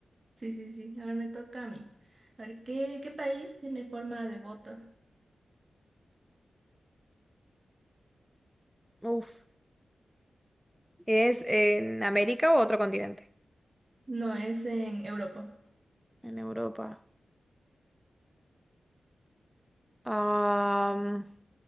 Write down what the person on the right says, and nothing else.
Sí, sí, sí. A ver, me toca a mí. A ver, ¿qué, qué país tiene forma de bota?
No, es en Europa.